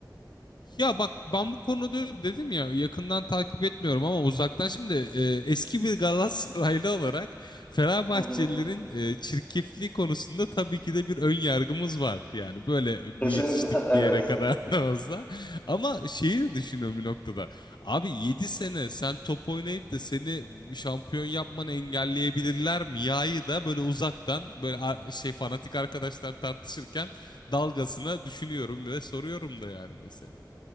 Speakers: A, on the left; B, on the left.
A: Ya bak ben bu konuda dedim ya yakından takip etmiyorum ama uzaktan şimdi e, eski bir Galatasaraylı olarak Fenerbahçelilerin
B: Hı hı.
A: e, çirkefliği konusunda tabii ki de bir ön yargımız var. Yani böyle
B: Kesinlikle
A: bir yetiştik
B: <laughs> evet.
A: bir yere kadar <laughs> da olsa. Ama şeyi de düşünüyorum bir noktada. Abi 7 sene sen top oynayıp da seni şampiyon yapmanı engelleyebilirler mi? Ya'yı da böyle uzaktan böyle a- şey fanatik arkadaşlar tartışırken dalgasına düşünüyorum ve soruyorum da yani mesela.